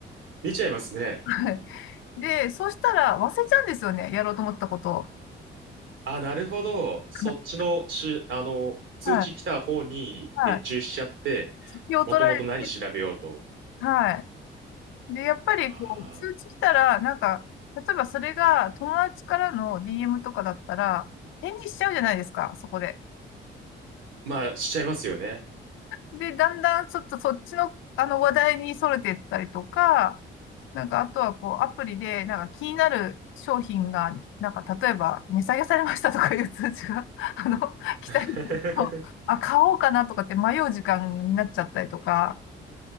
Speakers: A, on the right (about 75°); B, on the left (about 80°).
A: 見ちゃいますね。
B: はいで、そしたら忘れちゃうんですよね。やろうと思ったことを。
A: あ、なるほど。そっちのし、
B: <laughs>
A: あの、通知来た方に熱中しちゃって、
B: はい。はい。気を取られて、
A: もともと何調べようと。
B: はい。で、やっぱりこう、
A: ああ、
B: 通知来たら、なんか、例えばそれが友達からの DM とかだったら、返事しちゃうじゃないですか、そこで。
A: まあ、しちゃいますよね。
B: で、だんだんちょっとそっちの、あの話題に逸れてったりとか、なんか、あとはこう、アプリで、なんか気になる商品が、なんか、例えば、値下げされましたとかいう通知が、<laughs> あの、来たりすると、
A: <laughs>
B: あ、買おうかなとかって迷う時間になっちゃったりとか、